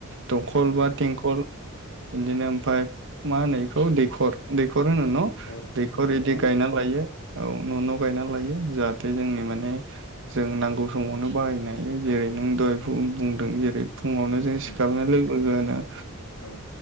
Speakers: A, on the right; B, on the left.
A: दंखल
B: औ
A: बा थेंखल बिदिनो ओमफ्राय मा होनो बेखौ दैखर। दैखर होनो न'
B: दैखर
A: दैखर
B: दंखल
A: इदि गायना लायो। औ न' न' गायना लायो जाहाथे जोंनि माने जों नांगौ समावनो बाहायनो हायो जेरै बे नों दहाय बुं बुंदों जेरै फुङावनो जों
B: उम
A: सिखारनाय लोगो लोगोनो
B: औ।